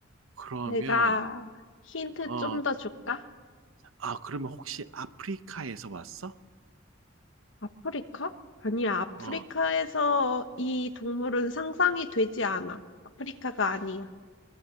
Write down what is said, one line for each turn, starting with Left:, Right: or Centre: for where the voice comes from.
Right: 그러면,
Left: 내가 힌트
Right: 어,
Left: 좀 더 줄까?
Right: 아, 그러면 혹시 아프리카에서 왔어?
Left: 아프리카? 아니야, 아프리카에서
Right: 어,
Left: 이 동물은 상상이 되지 않아. 아프리카가 아니야.